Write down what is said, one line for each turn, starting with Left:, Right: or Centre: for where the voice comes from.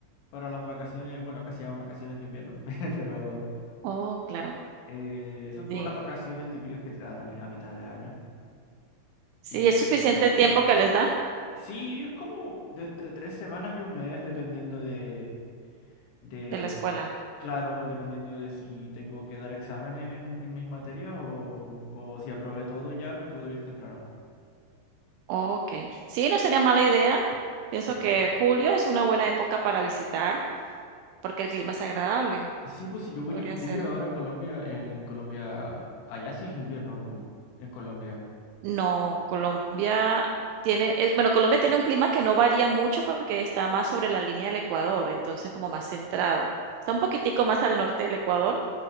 Left: para las vacaciones, bueno, acá se llaman vacaciones de invierno, <laughs> pero
Right: Oh, claro,
Left: eh, son como
Right: sí.
Left: las vacaciones típicas que te dan a, mi- a mitad de año.
Right: Sí,
Left: Y
Right: ¿es suficiente el tiempo que les dan
Left: sí, es como de entre tres semanas y un mes, dependiendo de, de,
Right: de la escuela?
Left: claro, dependiendo de si tengo que dar exámenes en, en mis materias o, o si aprobé todo ya, me puedo ir temprano.
Right: Okey. Sí, no sería mala idea.
Left: Sí.
Right: Pienso que julio es una buena época para visitar, porque el clima es agradable.
Left: Sí, pues si yo voy
Right: Podría
Left: en julio
Right: ser.
Left: ahora a Colombia, en Colombia, allá sí es invierno, pu, en Colombia.
Right: No, Colombia tiene, eh, bueno, Colombia tiene un clima que no varía mucho porque está más sobre la línea del Ecuador, entonces como más centrado. Está un poquitico más al norte del Ecuador,